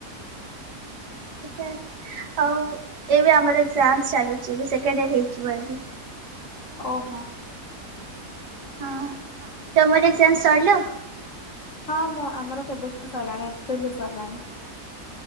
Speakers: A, on the right; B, on the left.
A: ସେଟା ଆଉ ଏବେ ଆମର ଏକ୍ସାମ ଚାଲୁଛି ଏବେ ସେକଣ୍ଡ ଇ ହେଇଯିବ ଏ
B: ଓହୋ
A: ହଁ ତମର ଏକଜାମ ସଇଲା
B: ହଁ ମଁ ଆମର କେବେ ଠୁ ସରିଲାଣି ଏପ୍ରିଲରୁ ସରିଲାଣି